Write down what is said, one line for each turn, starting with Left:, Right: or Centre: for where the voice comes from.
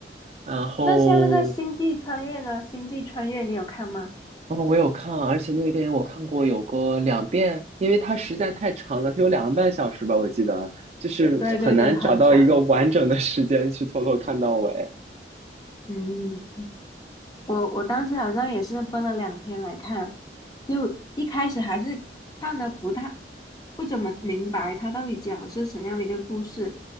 Right: 然后，
Left: 那像那个《星际穿越》呢？《星际穿越》你有看吗？
Right: 然后我有看，而且那个电影我看过有个两遍，因为它实在太长了，它有两个半小时吧，我记得，就是很难找到一个完整的时间去从头看到尾。
Left: 对对对，很长。嗯。我我当时好像也是分了两天来看，就一开始还是看的不太不怎么明白他到底讲的是什么样的一个故事，